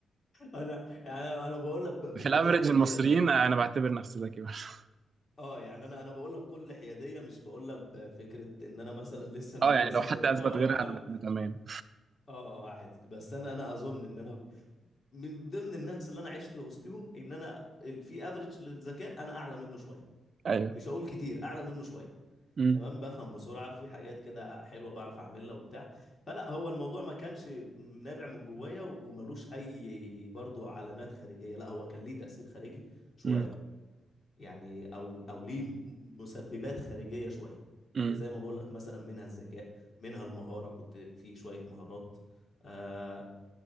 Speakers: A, on the left; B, on the right.
A: انا يعني انا أنا بقول لك ب- بكل
B: في الأفريج
A: حياديه
B: المصريين
A: الان
B: أنا بعتبر نفسي ذكي برضه. <laughs>
A: اه يعني انا انا بقول لك بكل حياديه مش بقول لك بفكره ان انا مثلا لسه نرجسي
B: أه يعني لو حد
A: زي ما
B: أثبت
A: انا ولا
B: غيرها
A: بحاول
B: أنا أنا تمام
A: اه اه عادي بس انا انا اظن ان انا من ضمن الناس اللي انا عشت وسطهم ان انا ال- في افريج للذكاء انا اعلى منه شويه
B: أيوه
A: مش هقول كتير اعلى منه شويه
B: أمم،
A: تمام بفهم بسرعه في حاجات كده حلوه بعرف اعملها وبتاع فلا هو الموضوع ما كانش نابع من جوايا وملوش اي برضو علامات خارجيه لا هو كان ليه تاثير خارجي شويه
B: أمم،
A: يعني او او ليه م- مسببات خارجيه شويه
B: أمم،
A: زي ما بقول لك مثلا منها الذكاء منها المهاره كنت في شويه مهارات آه